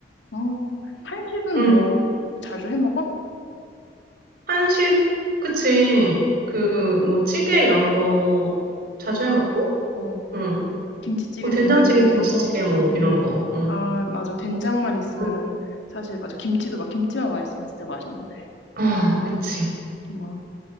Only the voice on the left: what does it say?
어, 한식은
너 자주 해 먹어?
어,
김치찌개,
된장찌개
이런 거?
응,
응.
아, 맞아. 된장만 있으면은
사실 맞아. 김치도 막 김치만 맛있으면 진짜 맛있는데.
와,